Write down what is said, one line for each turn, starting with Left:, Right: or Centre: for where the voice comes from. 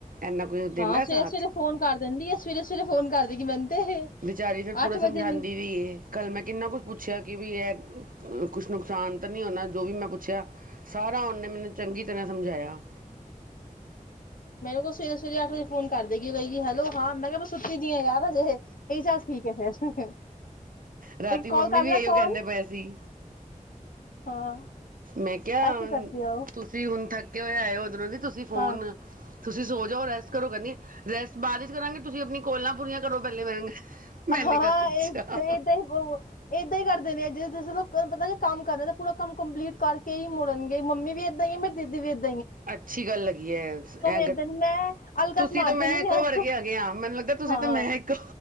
Right: ਇੰਨਾ ਕੋਈ ਦਿੰਦਾ
Left: ਹਾਂ ਸਵੇਰੇ
Right: ਸਾਥ।
Left: ਸਵੇਰੇ ਫੋਨ ਕਰ ਦਿੰਦੀ ਹੈ ਸਵੇਰੇ ਸਵੇਰੇ ਫੋਨ ਕਰ ਦੇਗੀ ਮੈਨੂੰ ਤੇ ਇਹ
Right: ਵਿਚਾਰੀ ਫਿਰ ਪੂਰਾ ਸਮਝਾਂਦੀ
Left: ਵਜੇ ਹੀ
Right: ਵੀ ਏ, ਕੱਲ ਮੈਂ ਕਿੰਨਾ ਕੁਛ ਪੁੱਛਿਆ ਕਿ ਏ ਕੁਛ ਨੁਕਸਾਨ ਤਾਂ ਨਹੀਂ ਹੋਨਾ ਜੋ ਵੀ ਮੈਂ ਪੁੱਛਿਆ? ਸਾਰਾ ਉਹਨੇ ਮੈਨੂੰ ਚੰਗੀ ਤਰ੍ਹਾਂ ਸਮਝਾਇਆ।
Left: ਮੈਨੂੰ ਕੋ ਸਵੇਰੇ ਸਵੇਰੇ ਵਜੇ ਫੋਨ ਕਰਦੇਗੀ, ਕਹੇਗੀ ਹੈਲੋ ਹਾਂ। ਮੈਂ ਕਿਹਾ ਮੈ ਸੁੱਤੀ ਦੀ ਆ ਯਾਰ ਹਜੇ <unintelligible>
Right: ਰਾਤੀ
Left: ਇੱਕ ਕਾਲ
Right: ਮੰਮੀ
Left: ਕਰ
Right: ਵੀ
Left: ਲੈ
Right: ਇਹੋ
Left: ਕਾਲ,
Right: ਕਹਿੰਦੇ ਪਏ ਸੀ
Left: ਹਾਂ।
Right: ਮੈਂ ਕਿਹਾ
Left: ਐਸੀ ਕਰਦੀ ਆ ਉਹ
Right: ਤੁਸੀਂ ਹੁਣ ਥੱਕੇ ਹੋਏ ਆਏ ਹੋ <unintelligible> ਤੁਸੀਂ ਫੋਨ
Left: ਹਾਂ
Right: ਤੁਸੀਂ ਸੋ ਜਾਓ, ਰੈਸਟ ਕਰੋ। ਕਹਿੰਦੀ ਰੈਸਟ ਬਾਅਦ 'ਚ ਕਰਾਂਗੇ, ਤੁਸੀਂ ਆਪਣੀ ਕੋਲਾਂ ਪੂਰੀਆਂ ਕਰੋ ਪਹਿਲੇ ਮੈਨੇ
Left: ਹਾਂ,
Right: ਕਹਾ ਅੱਛਾ
Left: ਇਹ ਏਦਾਂ ਹੀ ਏਦਾਂ ਹੀ ਕਰਦੇ ਨੇ ਜਿ ਤੁਸੀਂ ਤੁਹਾਨੂੰ ਪਤਾ ਨ, ਕੰਮ ਕਰ ਰਹੇ ਨੇ। ਪੂਰਾ ਕੰਮ ਕੰਪਲੀਟ ਕਰਕੇ ਹੀ ਮੁੜਨਗੇ। ਮੰਮੀ ਵੀ ਇੱਦਾਂ ਹੀ, ਮੇਰੀ ਦੀਦੀ ਵੀਦਾਂ
Right: ਅੱਛੀ ਗੱਲ ਲੱਗੀ ਹੈ ਇਹ। ਏਹ ਗ,
Left: ਏਦਾਂ ਮੈਂ ਅਲਕਸ
Right: ਤੁਸੀਂ
Left: ਮਾਰ
Right: ਤਾਂ ਮੈਂ
Left: ਦਿੰਦੀ
Right: ਇੱਕੋ
Left: ਹਾਂ
Right: ਵਰਗੇ ਆਗੇ ਆ, ਮੈਨੂੰ ਲੱਗਦਾ ਤੁਸੀਂ
Left: ਹਾਂ
Right: ਤਾਂ ਮੈਂ ਇੱਕੋ